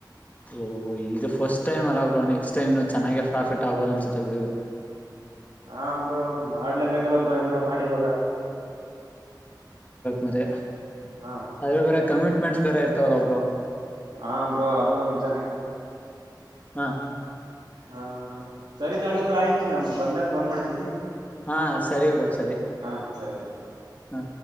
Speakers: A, on the left (about 20°); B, on the right (about 70°).
A: ಓಹ ಇದು ಫಸ್ಟ್ ಟೈಮ್ ಅಲ್ಲ ನೆಸ್ ಟೈಮ್ ಚೆನ್ನೆ ಪ್ರಾಫಿಟ್ ಆಬೋದ ಅನ್ಸುತ್ತೆ ಬಿಡಬರು
B: ಹಾ ಬ್ರರು ಮಾಡ್ಲೇಬೇಕಲ್ಲ ಬ್ರೋ ಏನಾರ ಮಾಡಿ ಇವಾಗ
A: ಮದೆ
B: ಹಾ
A: ಅದ್ರ ಬೇರೆ ಕಮಿಟ್ಮೆಂಟ್ಸ್ ಬೇರೆ ಇರ್ತವಲ್ಲ ಒಬ್ರು
B: ಅಬ್ರೋ ಅದು ನಿಜಾನೇ
A: ಹಾ
B: ಹಾ ಸರಿ ತಾಳಗರು ಆಯ್ತು ನಮ ಬಂದಾಗ ಫೋನ್ ಮಾಡ್ತೀನಿ
A: ಹಾ ಸರಿ ಬ್ರೋ ಸರಿ
B: ಹಾ ಸರಿ ಆಯ್ತು
A: ಹಾ